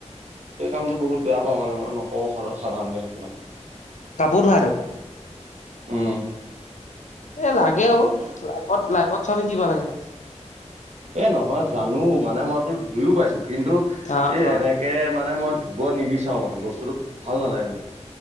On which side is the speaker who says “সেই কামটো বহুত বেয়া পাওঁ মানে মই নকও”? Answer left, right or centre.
Right